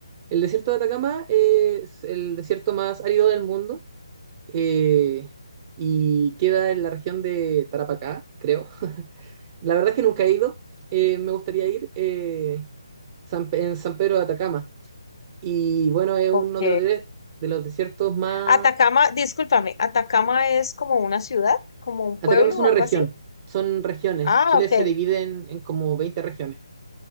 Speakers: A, on the right (about 25°); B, on the left (about 55°).
A: El desierto de Atacama es el desierto más árido del mundo eh, y queda en la región de Tarapacá, creo. La verdad es que nunca he ido, eh, me gustaría ir eh, San- en San Pedro de Atacama. Y bueno, es uno
B: Ok.
A: de los, de, de los desiertos más...
B: Atacama, discúlpame, Atacama es como una ciudad, como un
A: Atacama
B: pueblo
A: es una
B: o algo
A: región,
B: así.
A: son regiones.
B: Ah,
A: Chile
B: ok.
A: se divide en, en como 20 regiones.